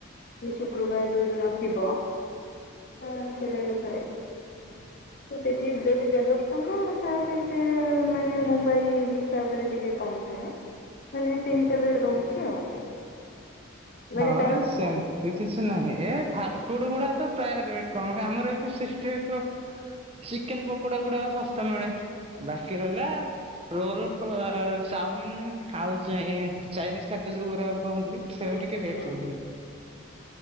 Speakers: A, on the left (about 45°); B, on the right (about 30°).
A: ସେ ଶୁକ୍ରବାର ଯୋଉ ଦିନ ଥିବ ହଁ ସେଇଟା ବିଥାଏ ତ ସେଠିକ ଯଦି ଦେଡଶ ହ ତାହଲେ ସେ ମାନେ ମୁମ୍ବାଇ ହିସାବରେ ଟିକେ କମ ଥାଏ। ମାନେ ସେଇ ହିସାବରେ ରହୁଛି ଆଉ। ମାନେ
B: ହଁ
A: ତାର
B: ସେମତି।
A: ହୁଁ
B: ଏ କିଛି ନାହିଁ ଏ ଫାଷ୍ଟଫୁଡ ଗୁଡା ତ ପ୍ରାୟ ରେଟ କମ ଆମର ଏଠି ସୃଷ୍ଟି ତ ଚିକେନ ପକୋଡା ଗୁଡାକ ଶସ୍ତା ମିଳେ। ବାକି ରହିଲା ରୋଲ ଫ ଚାଉମିିନ ଆଉ ଚାଇନିଜ ଖାଦ୍ୟ ଯୋଉ ଗୁରା କୁହନ୍ତି ସେଇଟା
A: ହୁଁ
B: ଟିକେ
A: ହୁଁ
B: ରେଟ ରୁହେ